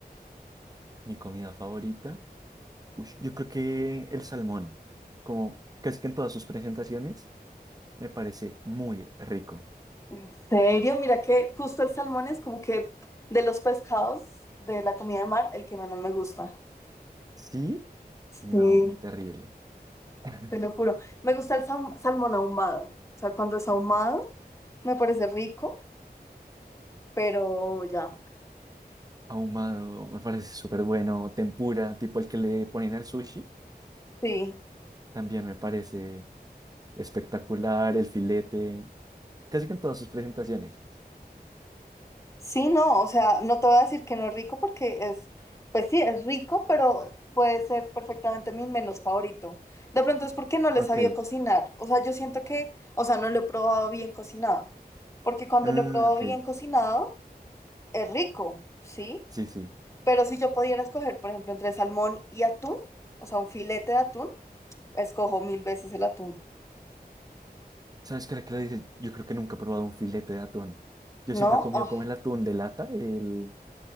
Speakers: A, on the right (about 25°); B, on the left (about 15°).
A: Mi comida favorita, ush, yo creo que el salmón, como casi que en todas sus presentaciones, me parece muy rico.
B: ¿En serio? Mira que justo el salmón es como que de los pescados de la comida de mar, el que menos me gusta.
A: ¿Sí?
B: Sí,
A: No, terrible. <laughs>
B: te lo juro. Me gusta el sam- salmón ahumado. O sea, cuando es ahumado, me parece rico, pero ya.
A: ahumado, me parece súper bueno, tempura, tipo el que le ponen al sushi,
B: Sí.
A: también me parece espectacular, el filete, casi que en todas sus presentaciones.
B: Sí, no, o sea, no te voy a decir que no es rico porque es, pues sí, es rico, pero puede ser perfectamente mi menos favorito. De pronto es porque no le
A: Ok,
B: sabía cocinar. O sea, yo siento que, o sea, no lo he probado bien cocinado. Porque cuando
A: ah,
B: lo he probado
A: ok,
B: bien cocinado, es rico, ¿sí?
A: sí, sí.
B: Pero si yo pudiera escoger, por ejemplo, entre salmón y atún, o sea, un filete de atún, escojo mil veces el atún.
A: ¿Sabes qué era que le dices? Yo creo que nunca he probado un filete de atún. Yo
B: ¿No?
A: siempre he comido
B: Oh,
A: como el atún de lata, el,